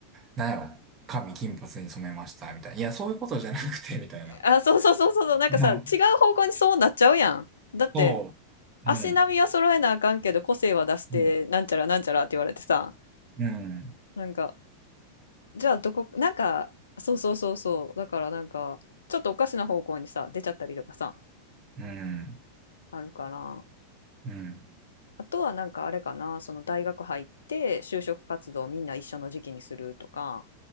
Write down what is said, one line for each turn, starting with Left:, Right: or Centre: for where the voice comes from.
Right: なんやろ、髪金髪に染めました、みたいな。いや、そういうことじゃなくて、みたいな。
Left: あ、そうそうそうそうそう、なんかさ、
Right: うん。
Left: 違う方向にそうなっちゃうやん。だって、
Right: そ
Left: 足並みは揃えなあかんけど、
Right: う。うん。
Left: 個性は出して、
Right: うん。
Left: なんちゃらなんちゃらって言われてさ、
Right: うん。
Left: なんか、じゃあどこ、なんか、そうそうそうそう、だからなんか、ちょっとおかしな方向にさ、出ちゃったりとかさ、
Right: うん。
Left: あるから、
Right: うん。
Left: あとはなんかあれかな、その大学入って就職活動みんな一緒の時期にするとか、